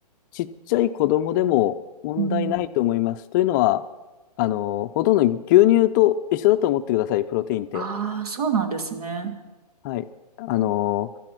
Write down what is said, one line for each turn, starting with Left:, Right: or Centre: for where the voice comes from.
Left: ちっちゃい子供でも問題ないと思います。
Right: ーん。
Left: というのは、あのーほとんど牛乳と一緒だと思ってください、プロテインって。
Right: ああ、そうなんですね。
Left: はい。あの、